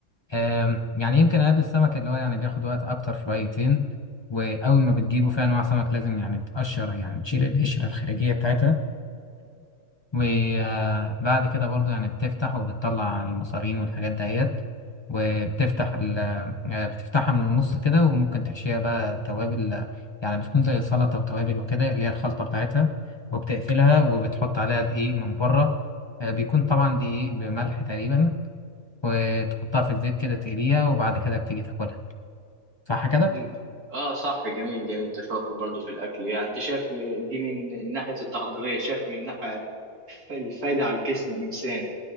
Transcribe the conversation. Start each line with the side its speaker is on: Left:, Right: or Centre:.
Left: أم، يعني يمكن اقابل السمك اللي هو يعني بياخد وقت اكتر شويتين واول ما بتجيبه في انواع سمك لازم يعني تقشر يعني تشيل القشره الخارجيه بتاعتها وبعد كده برضو يعني بتفتح وبتطلع المصارين والحاجات دهيت وبتفتح ال... آه، بتفتحها من النص كده وممكن تحشيها بقى توابل آه، يعني بتكون زي سلطة وتوابل وكده اللي هي الخلطة بتاعتها وبتقفلها وبتحط عليها دقيق من بره آه، بيكون طبعا دقيق بملح تقريبا وتحطها في الزيت كده تقليها وبعد كده بتيجي تاكلها صح كده؟
Right: مم. اه صح جميل جميل انت شاطر برضو في الاكل يعني انت شايف دي من ناحية التحضيرية شايف من ناحية الف- الفايدة على الجسم الإنسان